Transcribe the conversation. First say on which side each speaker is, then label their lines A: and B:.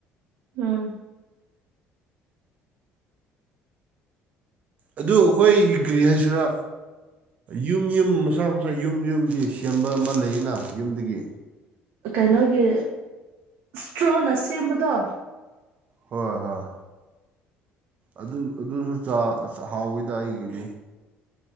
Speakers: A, on the right; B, on the right.
A: ꯎꯝ
B: ꯑꯗꯨ ꯑꯩꯈꯣꯏꯒ꯭ꯔꯤ ꯍꯥꯏꯁꯤꯅ ꯌꯨꯝ ꯌꯨꯝ ꯃꯁꯥ ꯃꯁꯥ ꯌꯨꯝ ꯌꯨꯝꯒꯤ ꯁꯦꯝꯕ ꯑꯃ ꯂꯩꯌꯦꯅ ꯌꯨꯝꯗꯒꯤ
A: ꯀꯩꯅꯣꯒꯤ ꯏꯁꯇ꯭ꯔꯣꯅ ꯁꯦꯝꯕꯗꯣ
B: ꯍꯣꯏ ꯍꯣꯏ ꯑꯗꯨ ꯑꯗꯨꯁꯨꯥꯛꯍꯥꯎꯋꯤꯗ ꯑꯩꯒꯤꯗꯤ